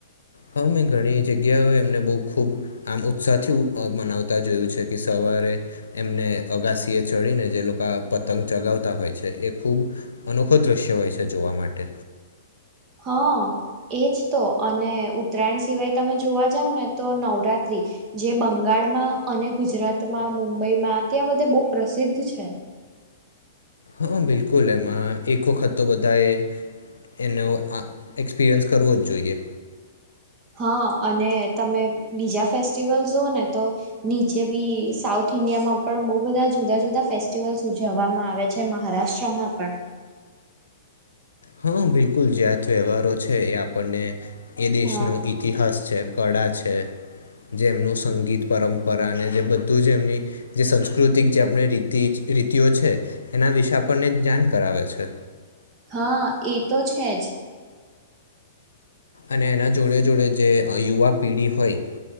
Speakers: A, on the left (about 85°); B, on the right (about 35°).
A: હા મેં ઘણી જગ્યાઓ એમને બહ ખબ આમ ઉત્સાહ થી મનાવતા જોયું છે કે સવારે, એમને અગાસી એ ચડીને જે લોકો પતંગ ચગાવતા હોય છે એ ખૂબ, અનોખો દ્રશ્ય હોય છે જોવા માટે.
B: હા એજ તો. અને ઉત્તરાયણ સિવાય તમે જોવા જાવ ને તો નવરાત્રી, જે બંગાળમાં અને ગુજરાતમાં, મુંબઈમાં ત્યાં બધે બહુ પ્રસિદ્ધ છે.
A: હા, બિલકુલ. એમાં એક વખત તો બધાએ એનો આ એક્સપિરિયન્સ કરવો જ જોઈએ.
B: હા. અને તમે બીજા ફેસ્ટિવલસ જુઓ ને તો નીચે બી સાઉથ ઇન્ડિયામાં પણ બોવ બધા જુદા-જુદા ફેસ્ટિવલ્સ ઉજવવામાં આવે છે, મહારાષ્ટ્રમાં પણ.
A: હા બિલકુલ. જ્યાં તહેવારો છે યા પણને એ દેશનો
B: હા
A: ઇતિહાસ છે. કળા છે, જે એમનું સંગીત, પરંપરા અને જે બધું છે એમની જે સંસ્કૃતિક જે આપણી રીતિ રીતિઓ છે એના વિશે આપણને જાણ કરાવે છે.
B: હા, ઈ તો છે જ.
A: અને એના જોડે-જોડે જે યુવા પેઢી હોય,